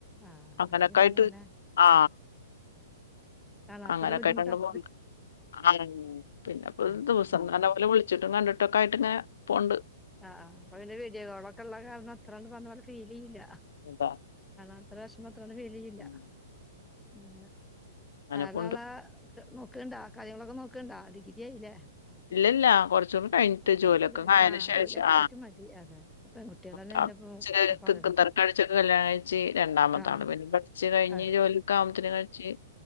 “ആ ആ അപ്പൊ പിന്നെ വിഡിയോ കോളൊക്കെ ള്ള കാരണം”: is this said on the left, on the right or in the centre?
Centre